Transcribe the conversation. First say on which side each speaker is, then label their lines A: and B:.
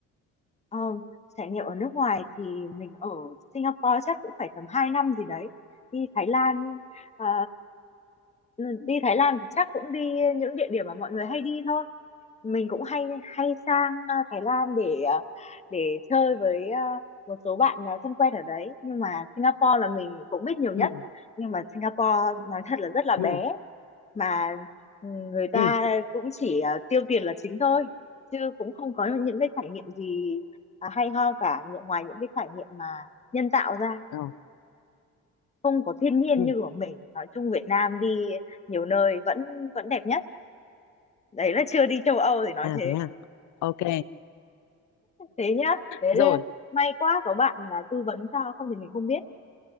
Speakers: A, on the left (about 20°); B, on the left (about 75°).
A: ờ, trải nghiệm ở nước ngoài thì mình ở Singapore chắc cũng phải tầm 2 năm gì đấy. Đi Thái Lan à, đi Thái Lan thì chắc cũng đi những địa điểm mà mọi người hay đi thôi mình cũng hay hay sang à, Thái Lan để à, để chơi với à, một số bạn à, thân quen ở đấy nhưng mà Singapore là mình cũng biết nhiều nhất
B: ừ
A: nhưng mà Singapore nói thật là rất là bé
B: ừ
A: mà ừ, người ta
B: ừ
A: cũng chỉ à, tiêu tiền là chính thôi chứ cũng không có những cái trải nghiệm gì à, hay ho cả những- ngoài những cái trải nghiệm mà nhân tạo ra
B: ờ,
A: không có thiên nhiên
B: ừ
A: như của mình nói chung Việt Nam đi nhiều nơi vẫn vẫn đẹp nhất đấy là chưa đi châu Âu thì nói
B: à
A: thế
B: thế à ok
A: thế nhá thế
B: rồi
A: là may quá có bạn là tư vấn cho không thì mình không biết